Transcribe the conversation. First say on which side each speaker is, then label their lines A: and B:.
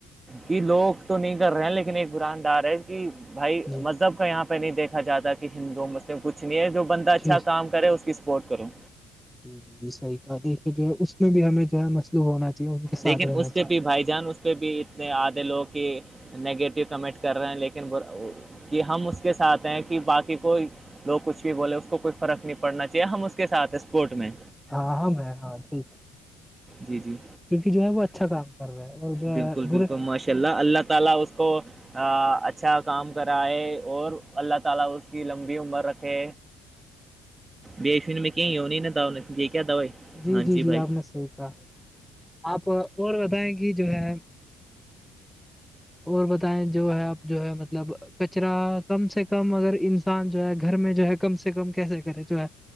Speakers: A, on the right; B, in the centre.
A: کہ لوگ تو نہیں کر رہے ہیں لیکن ایک قراندار ہے کہ بھائی
B: جی
A: مذہب کا یہاں پہ پہ نہیں دیکھا جاتا کہ ہندو مسلم کچھ نہیں ہے جو بندہ اچھا
B: جی
A: کام کرے اس کی سپورٹ کروں
B: جی جی جی صحیح کہا دیکھیے جو ہے اس میں بھی ہمیں جو ہے مسلوح ہونا چاہیے ان کے ساتھ
A: لیکن
B: رہنا
A: اس
B: چاہیے
A: پہ بھی بھائی جان اس سے پہ بھی اتنے آدھے لوگ کہ نگیٹیو کمنٹ کر رہے ہیں لیکن کہ ہم اس کے ساتھ ہیں کہ باقی کوئی لوگ کچھ بھی بولے اس کوئی فرق نہیں پڑنا چاہیے ہم اس کے سھ اسپورٹ میں
B: ہاں ہاں میں ہاں ٹھیک ہے
A: جی جی
B: کیونکہ جو ہے وہ اچھا کام کر رہا ہے اور جو
A: بالکل
B: ہے
A: بالکل
B: برے
A: ماشاء اللہ اللہ تعالی کو اچھا کام کرائے اور اللہ تعالی اس کی لمبی عمر رکھے بیشو میں کہ ہو نہیں ن یہ کیا دوائی
B: جی
A: ہاں
B: جی جی
A: بھائی
B: آپ نے صحیح کہا آپ اور بتائیں کہ جو ہے ہ اور بتائیں جو ہے آپ جو ہے مطلب کچرا کم سے کم اگر انسان جو ہے گھر میں جو ہے کم سے کم کیسے کرے تو ہے